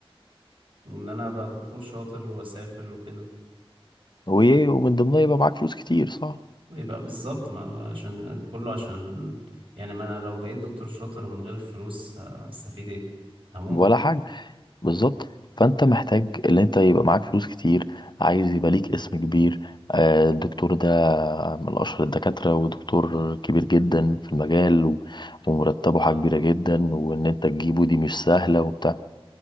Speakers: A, on the right; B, on the left.
A: وان انا ابقى دكتور شاطر واسافر وكده
B: وايه ومن ضمنها يبقى معاك فلوس كتير صح
A: يبقى بالظبط ما هو عشان كله عشان ال- يعني ما انا لو بقيت دكتور شاطر من غير الفلوس هستفيد ايه هموت
B: ولا حاجه بالظبط فانت محتاج ان انت يبقى معاك فلوس كتير عايز يبقى ليك اسم كبير آه، الدكتور ده من اشهر الدكاتره ودكتور كبير جدا في المجال و- ومرتبه
A: اه
B: حاجه كبيره جدا وان انت تجيبه دي مش سهله وبتاع